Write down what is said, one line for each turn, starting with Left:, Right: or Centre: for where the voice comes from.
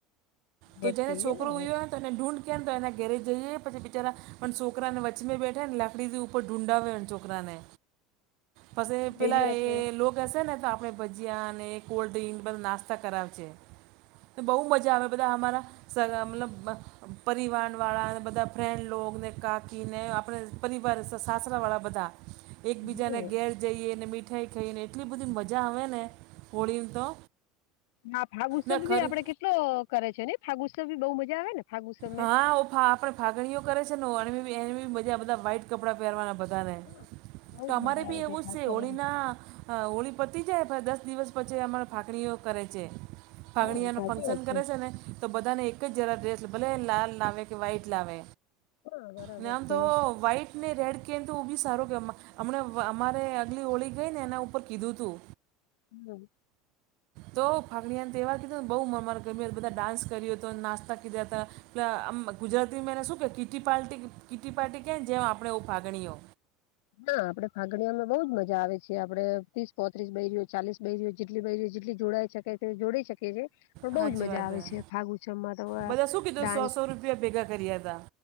Left: ગેપ
Right: તો જેનો
Left: કહીએ
Right: છોકરો
Left: ને
Right: યો તો ને ઢુંંડ કેમ તો એના ઘેરે જઈએ પછી બિચારા પણ છોકરાને વછમમે બેઠા ને લકડીથી ઉપર ડુંડા વ છોકરાને પસે પેલા
Left: બીજું આપડે
Right: લો હશે ને તો આપડણે ભજીયા અને કોલ્ડ ડ્રિંક બધા નાસ્તા કરાવે બહુ મજા આવે બધા અમારા મતલબ પરિવાર વાળા બધા ફન્ડ લોગ ને કાકી ને આપણે પરિવાર તો સાસત્ર વાળા બધા એકબીજા
Left: હમ
Right: ને ઘેર જઈએ ને મીઠાઈ ખાઈ ને એટલી બધી મજા આવે ને હોળીને તો
Left: હા ફાગ ઉત્સવ
Right: ને ખરી
Left: ભી આપડે કેટલો કરે છે ને ફાગ ઉત્સવ ભી બહુ મજા આવે ને ફાગ ઉત્સવ
Right: હા
Left: મે
Right: ઓફા આપણે ફાગણીઓ કરે છે ને એની બી બજા બધા વાઈટ કપડા પહેરવાના બધાને
Left: હા બઉ
Right: તો
Left: જ
Right: અમારે
Left: મજા
Right: બી
Left: આવે
Right: એવું
Left: ફાગ
Right: છે
Left: કરવાની
Right: હોળીના હા હોળી પતી જાય દસ દિવસ પછી અમારા ફાકરીઓ કરે છે ફાગણીઓનો
Left: હમ સાચી
Right: ફંક્શન
Left: વાત
Right: કરે છે ને તો બધાને એક જ જરા ડ્રેસ ભલે લાલ લાવે કે વ્હાઈટ લાવે
Left: હા બરાબર
Right: અને આમ
Left: છે.
Right: તો વ્હાઈટ ને રેડ કેન તો બી સારો કેવામાં હમણા અમારે આગલી ઓળી ગઈ ને એના ઉપર કીધું તું
Left: હમ
Right: તો ફાગડીને તહેવાર કીધોને બઉ મમારે બધા ડાન્સ કર્યો હતો નાસ્તા કીધ્યા હતા એલે આમ ગુજરાતી મેને શું કે કીટી પાર્ટી કીટી પાર્ટી કે ને જેમ આપણે એવું ફાગણીઓ
Left: હા આપડે ફાગડિયામાં બઉજ મજા આવે છે આપડે ત્રીસ પોત્રીસ <unintelligible> ચાલીસ બે દિવસ જેટલી બે દિવસ જેટલી જોડાઈ શકે છે જોડી શકે છે પણ બઉજ
Right: સાચી
Left: મજા
Right: વાત
Left: આવે
Right: હે.
Left: છે ફાગુચમ માં તો
Right: બધા શું કીધું
Left: ડાન્સ
Right: સો સો રૂપિયા ભેગા કર્યા હતા